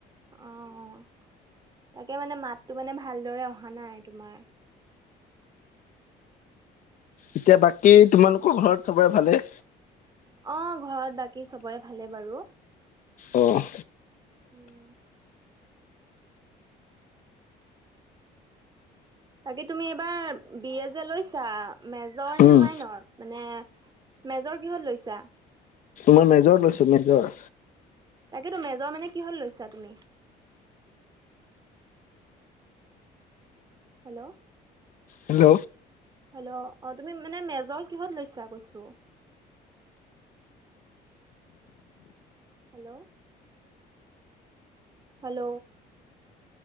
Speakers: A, on the right; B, on the left.
A: অ', তাকে মানে মাতটো মানে ভালদৰে অহা নাই তোমাৰ।
B: এতিয়া বাকী তোমালোকৰ ঘৰত চবৰে ভালে?
A: অ' ঘৰত বাকী চবৰে ভালে বাৰু।
B: অ'।
A: উম। <inaudible> বাকি তুমি এইবাৰ বি এ যে লৈছা, মেজৰ
B: উম
A: নে মাইনৰ, মানে মেজৰ কিহত লৈছা?
B: মই মেজৰ লৈছো মেজৰ।
A: তাকেতো মেজৰ মানে কিহত লৈছা তুমি? হেল্ল'।
B: হেল্ল'।
A: হেল্ল', অ' তুমি মানে মেজৰ কিহত লৈছা কৈছোঁ। হেল্ল'। হেল্ল'।